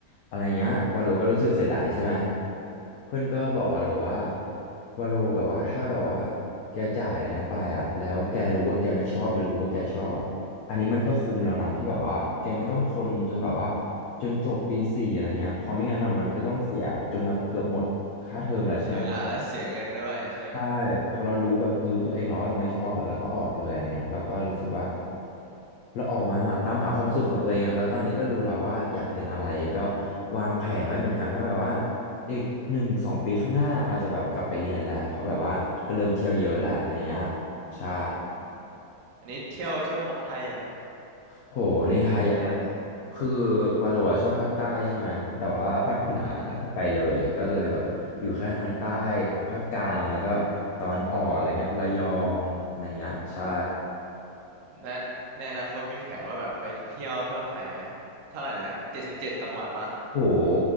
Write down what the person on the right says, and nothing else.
อืมเสียเวลาและเสียเงินด้วยใช่ไหม
อืมอันนี้เที่ยวเที่ยวครบไทยยัง
ทั่วไทย
อ่า แนในอนาคตมีแผนว่าแบบไปเที่ยวทั่วไทยไหมเท่าไหร่นะเจ็ดสิบเจ็ดจังหวัดวะ